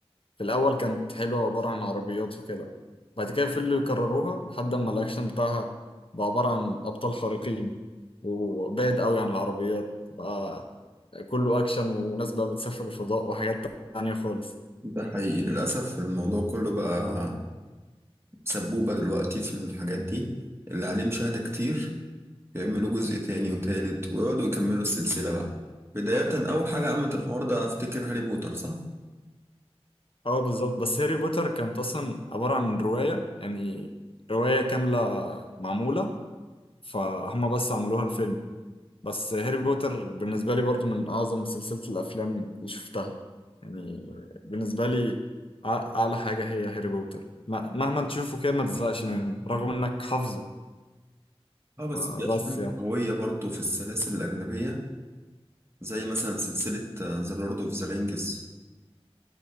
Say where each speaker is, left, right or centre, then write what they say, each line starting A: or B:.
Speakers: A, on the left (about 60°); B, on the right (about 25°).
A: في الأول كانت حلوة عبارة عن عربيات وكده بعد كده فضلوا يكرروها لحد ما الأكشن بتاعها بقى عبارة عن أبطال خارقين وبعد قوي عن العربيات بقى كله أكشن وناس بقى بتسافر الفضاء وحاجات تانية خالص
B: ده حقيقي للأسف الموضوع كله بقى سبوبة دلوقتي في الحاجات دي اللي عليه مشاهدة كتير يعملوا جزء تاني وتالت ويقعدوا يكملوا السلسلة بقى بداية أول حاجة عملت الحوار ده أفتكر هاري بوتر صح؟
A: اه بالظبط بس هاري بوتر كانت اصلا عبارة عن رواية يعني رواية كاملة معمولة فهم بس عملوها الفيلم بس هاري بوتر بالنسبة لي برضو من اعظم سلسلة الافلام اللي شفتها يعني بالنسبة لي أع- اعلى حاجة هي هاري بوتر م- مهما تشوفه كده ما تزهقش منه رغم انك حافظه
B: اه بس
A: فبس
B: في أفلام
A: يعني
B: قوية برضه في السلاسل الأجنبية زي مثلا سلسلة ذا لورد أوف ذا رينجز